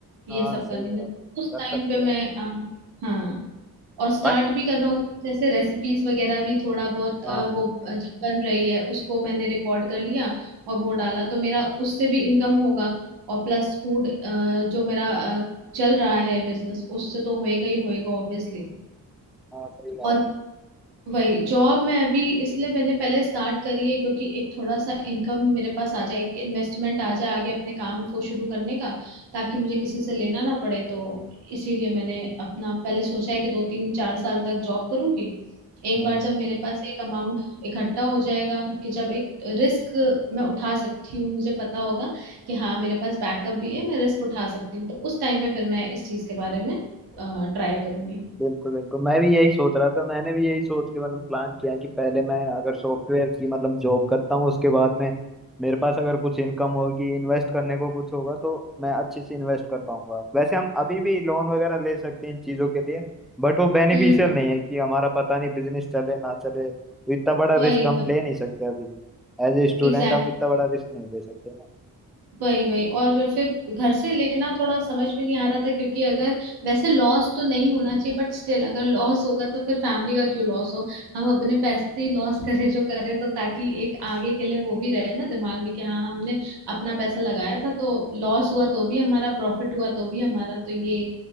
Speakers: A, on the right; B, in the centre.
A: ये
B: हाँ
A: सब
B: सही
A: करने में
B: है आप
A: उस
B: कर
A: टाइम
B: सकते
A: पे मैं
B: हैं
A: अ, हाँ और स्टार्ट
B: बस
A: भी करना होगा जैसे रेसिपीज वगैरह भी थोड़ा बहुत
B: हाँ
A: अ, वो
B: हाँ
A: अ, जब बन रही है उसको मैंने रिकॉर्ड कर लिया और वो डाला तो मेरा उससे भी इनकम होगा और प्लस फूड जो मेरा अ, चल रहा है बिजनेस उससे तो होएगा ही होएगा ऑब्वियसली
B: हाँ सही बात
A: और
B: है
A: वही जॉब मैं अभी इसलिए मैंने पहले स्टार्ट करी है क्योंकि एक थोड़ा सा इनकम मेरे पास आ जाए एक इन्वेस्टमेंट आ जाए आगे अपने काम को शुरू करने का ताकि मुझे किसी से लेना ना पड़े तो इसीलिए मैंने अपना पहले सोचा है कि दो तीन चार साल तक जॉब करूंगी एक
B: हाँ
A: बार जब मेरे पास एक अमाउंट इकट्ठा हो जाएगा कि जब एक रिस्क मैं उठा सकती हूँ मुझे पता होगा कि हाँ मेरे पास बैकअप भी है मैं रिस्क उठा सकती हूँ तो उस टाइम पे फिर मैं इस चीज के बारे में ट्राई करूंगी
B: बिल्कुल बिल्कुल मैं भी यही सोच रहा था मैंने भी यही सोच के मतलब प्लान किया कि पहले मैं अगर सॉफ्टवेयर की मतलब जॉब करता हूँ उसके बाद में मेरे पास अगर कुछ इनकम होगी इन्वेस्ट करने को कुछ होगा तो मैं अच्छे से इन्वेस्ट कर पाऊंगा वैसे हम अभी भी लोन वगैरह ले सकते हैं इन चीजों के लिए बट वो बेनिफिशियल
A: हम्म
B: नहीं है कि हमारा पता नहीं बिजनेस चले ना चले तो इतना बड़ा
A: वही
B: रिस्क हम ले नहीं सकते अभी एज ए स्टूडेंट
A: एग्जैक्टली
B: हम इतना बड़ा रिस्क नहीं ले सकते ना
A: वही वही और फिर घर से लेना थोड़ा समझ में नहीं आ रहा था क्योंकि अगर वैसे लॉस तो नहीं होना चाहिए बट स्टिल अगर लॉस होगा तो फिर फैमिली का क्यों लॉस हो हम अपने पैसे से ही लॉस <laughs> करें जो करें तो ताकि एक आगे के लिए वो भी रहे ना दिमाग में कि हाँ हमने अपना पैसा लगाया था तो लॉस हुआ तो भी हमारा प्रॉफिट हुआ तो भी हमारा तो ये